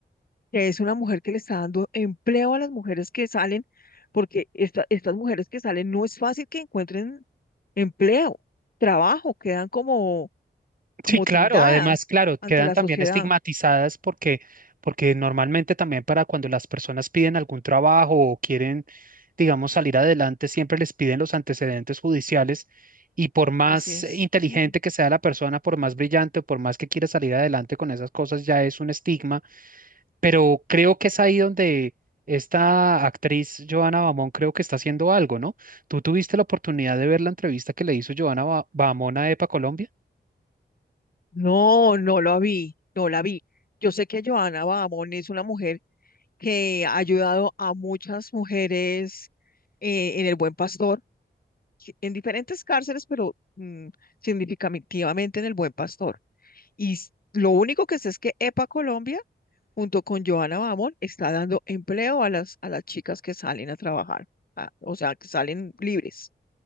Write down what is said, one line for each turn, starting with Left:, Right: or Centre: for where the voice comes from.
Left: que es una mujer que le está dando empleo a las mujeres que salen, porque esta- estas mujeres que salen no es fácil que encuentren empleo, trabajo, quedan como, como
Right: Sí, claro,
Left: tildadas
Right: además, claro, quedan
Left: ante la
Right: también
Left: sociedad.
Right: estigmatizadas porque, porque normalmente también para cuando las personas piden algún trabajo o quieren, digamos, salir adelante, siempre les piden los antecedentes judiciales y por más
Left: Así es.
Right: inteligente
Left: Mm.
Right: que sea la persona, por más brillante o por más que quiera salir adelante con esas cosas, ya es un estigma, pero creo que es ahí donde esta actriz Joana Bamón creo que está haciendo algo, ¿no? ¿Tú tuviste la oportunidad de ver la entrevista que le hizo Joana Ba- Bamón a EPA Colombia?
Left: No, no lo vi, no la vi. Yo sé que Joana Babón es una mujer que ha ayudado a muchas mujeres eh, en el Buen Pastor, sí, en diferentes cárceles, pero mm, significativamente en el Buen Pastor. Y s- lo único que sé es que EPA Colombia, junto con Joana Bamón, está dando empleo a las, a las chicas que salen a trabajar, a- o sea, que salen libres.